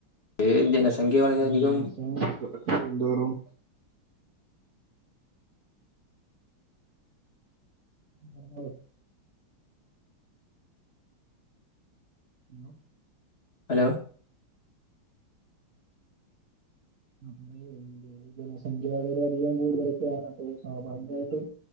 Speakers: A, on the left; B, on the right.
A: ഈ ജനസംഖ്യ വളരെയധികം
B: ഓരോ ദിവസം ക കഴിയുന്തോറും പറഞ്ഞോളൂ ഹലോ
A: ഹലോ
B: അപ്പ ഇന്ത്യേല് ജനസംഖ്യാ വരെയധികം കൂടുതലൊക്കെയാണ് അപ്പൊ സ്വാഭാവികമായിട്ടും